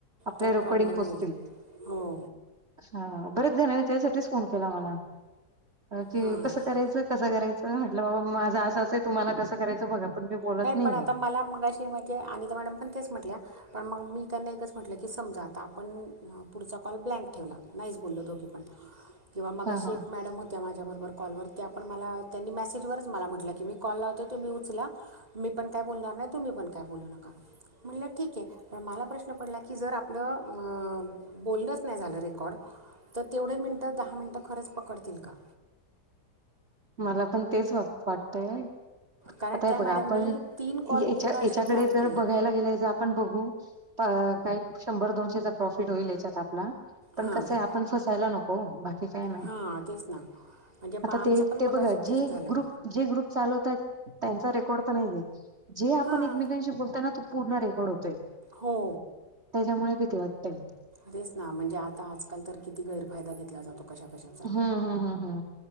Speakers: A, on the right; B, on the right.
A: आपल्या
B: तर
A: रेकॉर्डिंग
B: प्रॉब्लेम
A: पोचतील.
B: होईल हो
A: हा, बरेच जणाने त्यासाठीच फोन केला मला, कि
B: हां
A: कसं करायचं कसं करायचं? म्हटलं बाबा माझं असं असंय तुम्हाला कसं करायचं बघा, पण मी बोलत नाही.
B: पण आता मला मगाशी मग ते, अनिता मॅडम पण तेच म्हटल्या पण मग मी त्यांना एकच म्हटलं की, समजा आता आपण पुढचा कॉल ब्लँक ठेवला नाहीच बोलल दोघी पण
A: <inaudible>
B: किंवा मगाशी
A: हा
B: एक मॅडम होत्या माझ्या बरोबर कॉलवर त्या पण मला त्यांनी मेसेजवर मला म्हटलं की मी कॉल लावते, तुम्ही उचला मी पण काय बोलणार नाही, तुम्ही पण काय बोलू नका. म्हणलं ठीक आहे. पण मला प्रश्न पडला की, जर आपलं अं बोलनच नाही झालं रेकॉर्ड तर तेवढे मिनिटं दहा मिनिटं खरंच पकडतील का
A: मला पण तेच वा वाटतय.
B: कारण
A: आता
B: त्या
A: हे बघा
B: मॅडमनी
A: आपण
B: तीन कॉल
A: याच्या
B: पूर्ण
A: याच्याकडे
B: असे ब्लँक
A: जर
B: केले
A: बघायला गेल ज पण बघू प काय शंभर दोनशेचा प्रॉफिट होईल याच्यात आपला पण
B: हां
A: कसं आहे आपण फसायला नको ओ बाकी काही नाही.
B: हां तेच ना म्हणजे मग
A: आता
B: आमचं
A: ते
B: पण
A: ते
B: मगाशी
A: बघा जे
B: तेच झालं
A: ग्रुप जे ग्रुप चालवताहेत त्यांचा रेकॉर्ड तर नाही आहे, जे आपण
B: हां
A: एकमेकांशी बोलताय ना पूर्ण रेकॉर्ड होतोय.
B: हो
A: त्याच्यामुळे भीती वाटते.
B: तेच ना म्हणजे आता आजकाल तर किती गैरफायदा घेतला जातो. कशा कशा
A: हा हा हा हा